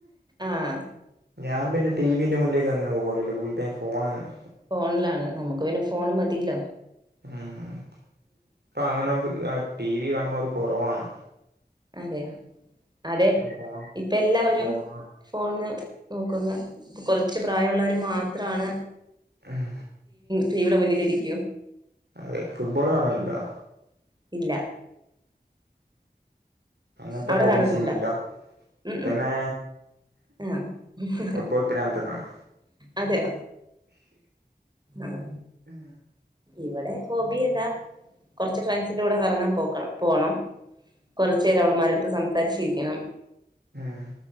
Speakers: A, on the right (about 25°); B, on the right (about 85°).
A: ആഹ്
B: ഞാൻ പിന്നെ ടി വിന്റെ മുന്നിലേക്ക് അങ്ങനെ പോവലില്ല ഫുൾ ടൈം ഫോണെന്നെ
A: ഫോണിലാണ് നമുക്ക് പിന്നെ ഫോണ് മതീലോ
B: ഉം ഉം പ്പ അങ്ങനെ ടി വി കാണ്ന്നോർ കൊ കൊറവാണ്.
A: അതെയ അതെ
B: ഫോൺ
A: ഇപ്പ എല്ലാവരും
B: ഫോണാ
A: ഫോൺന്ന് നോക്കുന്ന കൊറച്ച് പ്രായള്ളോര് മാത്രാണ്
B: ഉം
A: ടീ വി ടെ മുന്നിലിരിക്കൂ
B: അതെ ഫുട്ബോള് കാണല്ണ്ടോ
A: ഉം ഇല്ല
B: അങ്ങനത്തെ
A: അവിടെ
B: ഹോബീസ്
A: കാണല്ണ്ടാ
B: ഒന്നുമില്ല
A: ഉം
B: പിന്നെ
A: ഉ ആഹ്
B: ഫുട്ബോൾ പ്രാന്തനാണ്
A: അതെയ ആഹ്
B: ഉം
A: ഇവടെ ഹോബി എന്താ? കൊർച്ച് ഫ്രണ്ട്സിന്റെ കൂടെ കറങ്ങാൻ പോക്കണ് പോണം കൊറച്ചേര അവള്മ്മാരെട് ത്ത് സംസാരിച്ചിരിക്കണം
B: ആഹ്